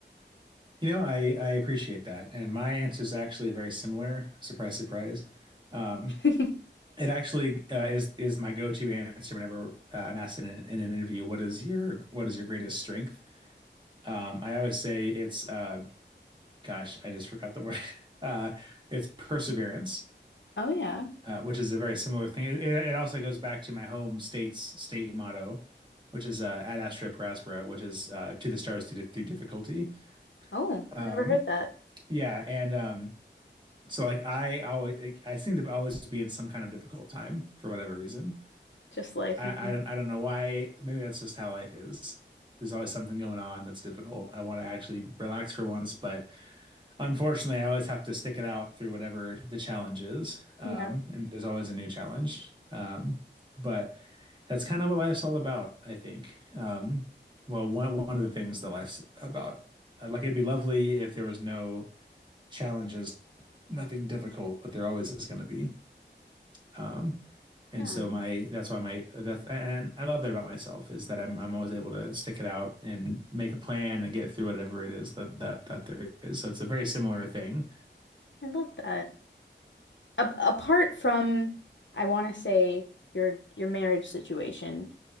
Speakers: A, on the right; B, on the left.
A: You know, I I appreciate that, and my answer is actually very similar. Surprise, surprise. Um,
B: <laughs>
A: it actually uh, is is my go-to answer whenever uh, I'm asked in an, in an interview, "What is your what is your greatest strength?" Um, I always say it's uh, gosh, I just forgot the word. <laughs> Uh, it's perseverance.
B: Oh yeah.
A: uh, which is a very similar thing. It, it also goes back to my home state's state motto, which is uh, ad astra per aspera, which is uh, to the stars through, through difficulty.
B: Oh,
A: Um,
B: I never heard that.
A: yeah, and um, so like I always like, I seem to always be in some kind of difficult time for whatever reason.
B: Just life,
A: I,
B: man.
A: I don't I don't know why. Maybe that's just how life is. There's always something going on that's difficult. I want to actually relax for once, but Unfortunately, I always have to stick it out through whatever the challenge is. Um,
B: Yeah.
A: and there's always a new challenge. Um, but that's kind of what life's all about, I think. Um, well, one one of the things that life's about. Uh, Like it'd be lovely if there was no challenges, nothing difficult, but there always is going to be. Um, and
B: Yeah.
A: so my that's why my that's and I love that about myself is that I'm I'm always able to stick it out and make a plan and get through whatever it is that that that there is. So it's a very similar thing
B: I love that. a apart from, I want to say your your marriage situation,